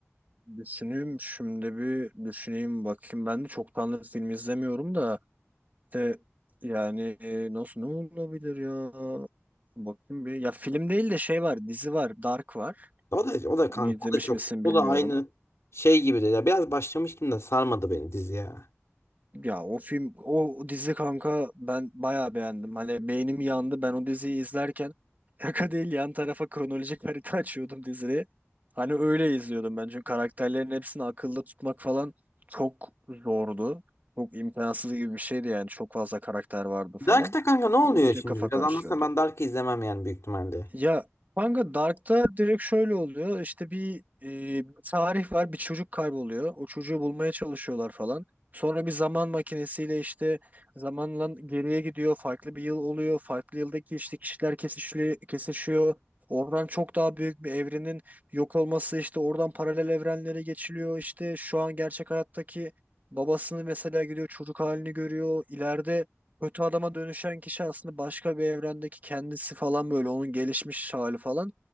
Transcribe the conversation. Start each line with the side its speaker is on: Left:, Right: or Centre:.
Right: Düşüneyim şimdi bir düşüneyim bakayım. Ben de çok çoktandır film izlemiyorum da de yani e, nasıl ne olabilir ya? Bakayım bir. Ya film değil de şey var, dizi var, Dark var.
Left: O da o da
Right: Onu
Left: kanka
Right: izlemiş
Left: o da çok
Right: misin
Left: o
Right: bilmiyorum.
Left: da aynı şey gibi de ya biraz başlamıştım da sarmadı beni dizi ya.
Right: Ya o film, o dizi kanka ben bayağı beğendim. Hani beynim yandı. Ben o diziyi izlerken <laughs> şaka değil yan tarafa kronolojik harita <laughs> açıyordum diziyi. Hani öyle izliyordum ben. Çünkü karakterlerin hepsini akılda tutmak falan çok zordu. Çok imkansız gibi bir şeydi yani. Çok fazla karakter vardı falan.
Left: Dark'ta kanka ne oluyor
Right: O iyice
Left: şimdi?
Right: kafa
Left: Biraz
Right: karıştırıyordu.
Left: anlatsana ben Dark'ı izlemem yani büyük ihtimalle.
Right: Ya kanka Dark'ta direkt şöyle oluyor. İşte bir, e, bir tarih var, bir çocuk kayboluyor. O çocuğu bulmaya çalışıyorlar falan. Sonra bir zaman makinesiyle işte zamanla geriye gidiyor. Farklı bir yıl oluyor. Farklı yıldaki işte kişiler kesişli, kesişiyor. Oradan çok daha büyük bir evrenin yok olması işte oradan paralel evrenlere geçiliyor. İşte şu an gerçek hayattaki babasını mesela gidiyor çocuk halini görüyor. İleride kötü adama dönüşen kişi aslında başka bir evrendeki kendisi falan böyle onun gelişmiş hali falan.